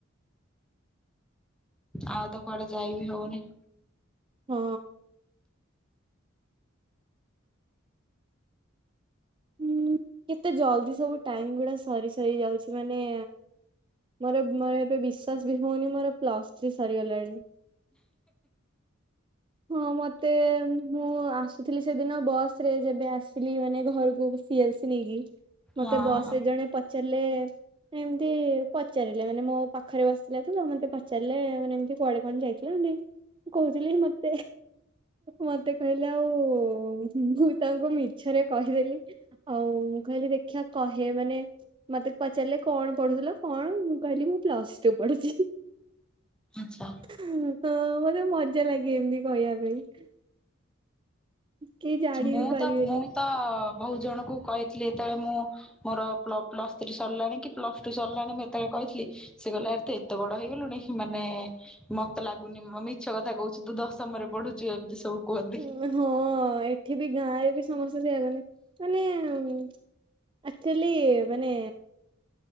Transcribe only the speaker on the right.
ହଁ। ହୁଁ କେତେ ଜଲଦି ସବୁ ଟାଇମ ଗୁଡା ସରି ସରି ଯାଉଛି ମାନେ ମୋର ମୋର ଏବେ ବିଶ୍ଵାସ ବି ହଉନି ମୋର ପ୍ଲସ ଥ୍ରୀ ସରିଗଲାଣି। ହଁ ମତେ ମୁଁ ଆସୁଥିଲି ସେଦିନ ବସ ରେ ଯେବେ ଆସିଲି ମାନେ ଘରୁକୁ ସିଏଲସି ନେଇକି ମତେ
ବସ
ରେ ଜଣେ ପଚାରଲେ ଏମିତି ପଚାରିଲେ ମାନେ ମୋ ପାଖରେ ବସିିଥିଲେ ତ ମତେ ପଚାରିଲେ ମାନେ ଏମିତି କୁଆଡେ କଣ ଯାଇ <unintelligible> ମୁ କହୁଥିଲି ମତେ ମତେ କହିଲେ ଆଉ ମୁଁ ତାଙ୍କୁ ମିଛରେ କହିଦେଲି ଆଉ ମୁଁ କହିଲି ଦେଖିଆ କହେ ମାନେ ମତେ ପଚାରିଲେ କଣ ପଢୁଥିଲ କଣ ମୁଁ କହିଲି ମୁଁ ପ୍ଲସ ଟୁ ପଢିଚି।
ହଁ ତ ମତେ ମଜା ଲାଗେ ଏମିତି କହିବା ପାଇଁ। କେହି ଜାଣି
ବି ପାରିବେନି।
ଉଁ ହଁ ଏଠି ବି ଗାଁ ରେ ବି ସମସ୍ତେ ସେଇଆ କହନ୍ତି ମାନେ ଆକ୍ଚୁଆଲି ମାନେ